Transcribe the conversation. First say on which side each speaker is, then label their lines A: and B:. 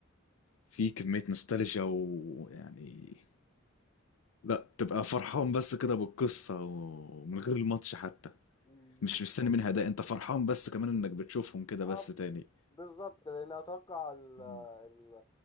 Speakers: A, on the left; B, on the left.
A: في كمية نوستالجيا ويعني لا تبقى فرحان بس كده بالقصة ومن غير الماتش حتى
B: كده
A: مش مستني منها ده انت فرحان بس كمان انك بتشوفهم كده
B: آه،
A: بس تاني
B: بالظبط لان اتوقع ال-
A: مم.
B: ال-